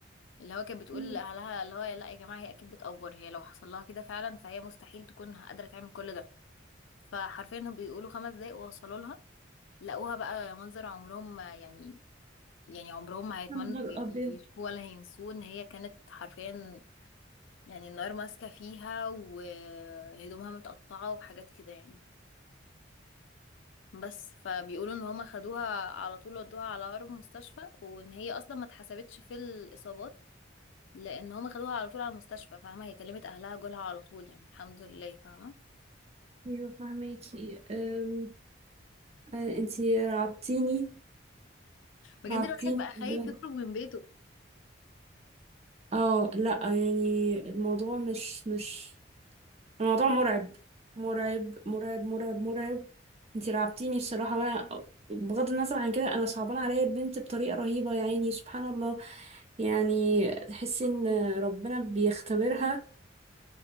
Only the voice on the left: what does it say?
اللي هو كانت بتقول
لأهلها اللي هو لا يا جماعة هي أكيد بتأفور هي لو حصل لها كده فعلا فهي مستحيل تكون قادرة تعمل كل ده فحرفيا هم بيقولوا خمس دقايق ووصلوا لها لقوها بقى منظر عمرهم ما يعني يعني عمرهم ما هيتمنوا
يشوفوه ولا هينسوه إن هي كانت حرفيا يعني النار ماسكة فيها وهدومها متقطعة وحاجات كده يعني بس فبيقولوا ان هما خدوها على طول ودوها على أقرب مستشفى وان هي اصلا ما اتحسبتش في الاصابات لان هما خدوها على طول على المستشفى فاهمه هي كلمت اهلها جولها على طول يعني الحمد لله فاهمه
بجد
الواحد بقى خايف
يخرج من بيته